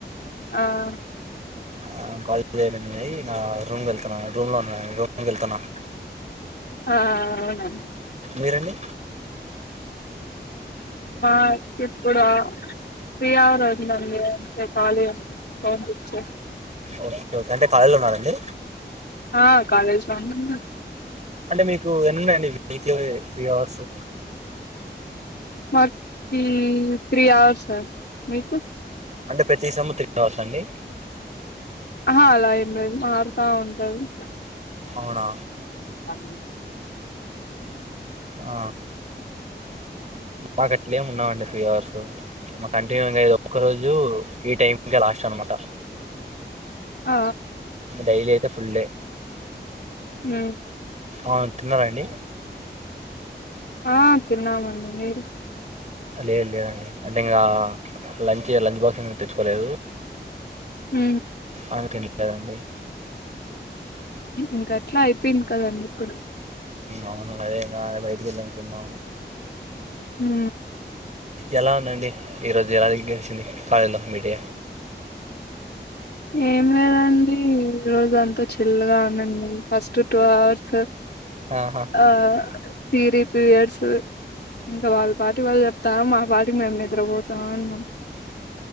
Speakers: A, on the left (about 65°); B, on the right (about 40°).
A: ఆ.
B: ఆ కాలేజ్ అయిపోయింది ఆ రూమ్ కి వెళ్తున్నాను రూమ్ లో ఉన్నాను రూమ్ కి వెళ్తున్నాను.
A: ఆ అవునా.
B: మీరండి.
A: మాకు ఇప్పుడు. శ్రీహర్ అయిందండి కాలేజీలో ఫోన్ ఇచ్చేస్తారు.
B: ఓకే ఓకే అంటే కాలేజీలో ఉన్నారండి.
A: ఆ కాలేజ్ లో ఉన్న.
B: అంటే మీకు ఎన్న ఉన్నాయండి వె త్రీ అవర్స్.
A: మటీ త్రీ అవర్స్ సార్ మీకు.
B: అంటే ప్రతి సముతి త్రీ అవర్స్ అండి.
A: ఆ అలా ఏం లేదు మార్త ఉంటది.
B: అవునా
A: అ <inaudible>
B: ఆ మాకు అట్ల ఎమి ఉన్నావండి త్రీ అవర్సు. మా కంటిన్యూద ఇది ఒక్క రోజు ఈ టైంకీ లాస్ట్ అనమాట.
A: ఆ
B: డైలీ అయితే ఫుల్ డే.
A: హ
B: అవును తిన్నారండి.
A: ఆ తిన్నామండి మీరు.
B: లేదు లేదండి అంటే ఇంకా లంచ్ లంచ్ బాక్స్ ఏ తెచ్చుకోలేదు.
A: హ
B: అందుకే తినలేదండి
A: ఇంక అట్లా అయిపోయింది కదండి ఇప్పుడు.
B: అవును అదేం కాద బయటకి వెళ్ళం తిన్నాము
A: హ
B: ఎలా ఉందండి ఈరోజు ఎలాది గడిచింది కాలేజ్ లో మి డే
A: ఏం లేదు అండి ఈ రోజు అంతా చిల్గా ఉందండి ఫస్ట్ టూ అవర్స్
B: ఆహా
A: ఆ థియరీ త్రీ అవర్స్ ఇంకా వాళ్ళ పాటి వాళ్ళు చెప్తా మానం వాటికి మేము నిద్ర పోతాఊంటమ్